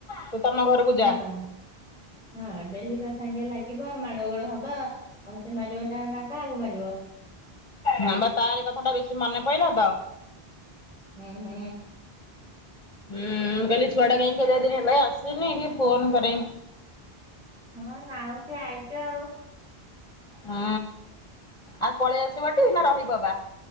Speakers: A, on the left; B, in the centre.
A: ତୁ ତମ ଘରକୁ
B: ହଁ
A: ଯା
B: ହଁ ଡେଲି ତ ସାଙ୍ଗେ ଲାଗିବ ମାଡଗୋଳ ହବ ଆଉ ସେ ମାରିବ ନା ନା କାହାକୁ ମାରିବ
A: ହ ବା ତାରି କଥା ଟା ବେଶୀ ମନେ ପଡିଲା ତ
B: ହୁଁ ହୁଁ
A: ହୁଁଁ କହଲି ଛୁଆଡା କାଇଁ କେଦିନ ହେଲା ଆସସି ଏିକେ ଫୋନ କରରେ
B: ହଁ ଆଉ ତ ଆଇଛ ଆଉ
A: ହୁଁ ଆଉ ପଳେଇ ଆସିବ ଟ ନା ରହିବ ବା